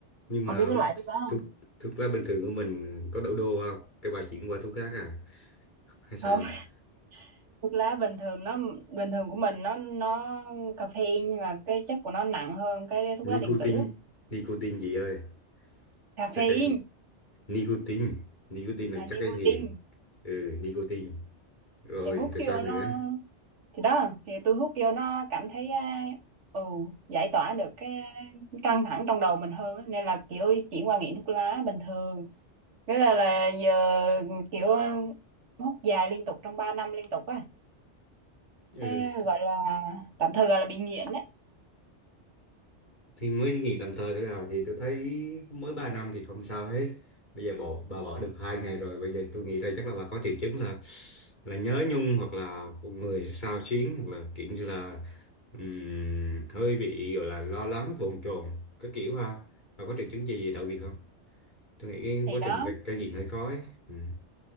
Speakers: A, on the left; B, on the right.
A: nhưng
B: ông
A: mà
B: biết cái loại thuốc đó không
A: thuốc thuốc lá bình thường của mình có đổ đô không cái bà chuyển qua thuốc khác à hay sao
B: không <laughs> thuốc lá bình thường nó bình thường của mình nó nó caffeine nhưng mà cái chất của nó nặng hơn cái thuốc
A: nicotine
B: lá điện tử á.
A: nicotine gì ơi
B: caffeine
A: chắc cái nicotine nicotine
B: à,
A: là
B: nicotine
A: chắc cái nghiện ừ nicotine rồi
B: thì hút
A: rồi
B: vô
A: sao nữa
B: nó thì đó thì tôi hút vô nó cảm thấy à, ừ, giải tỏa được cái căng thẳng trong đầu mình hơn á. nên là kiểu chuyển qua nghiện thuốc lá bình thường Thế là, là giờ kiểu hút dài liên tục trong 3 năm liên tục á
A: ừ
B: cái gọi là tạm thời gọi là bị nghiện đấy
A: thì mới nghỉ tạm thời thôi à thì tôi thấy mới 3 năm thì không sao hết bây giờ bỏ bà bỏ được hai ngày rồi bây giờ tôi nghĩ ra chắc là bà có triệu chứng là là nhớ nhung hoặc là người xao xuyến hoặc là kiểu như là ừm, hơi bị gọi là lo lắng bồn chồn cái kiểu ha bà có triệu chứng gì đặc biệt không tôi nghĩ cái
B: thì
A: quá
B: đó
A: trình cai cai nghiện hơi khó ấy. Ừ.